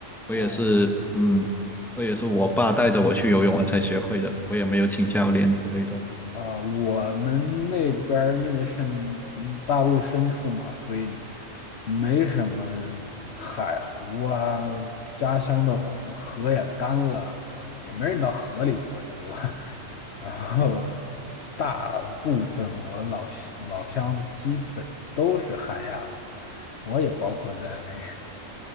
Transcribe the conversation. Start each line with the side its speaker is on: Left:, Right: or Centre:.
Centre: 我也是，
Left: 哦，
Centre: 嗯，我也是我爸带着我去游泳，我才学会的，我也没有请教练之类的。
Left: 呃，我们那边儿因为是嗯大陆深处嘛，所以没什么海湖啊，家乡的湖河也干了，也没人到河里游去，对吧？<laughs> 然后大部分我老西老乡基本都是旱鸭子，我也包括在内。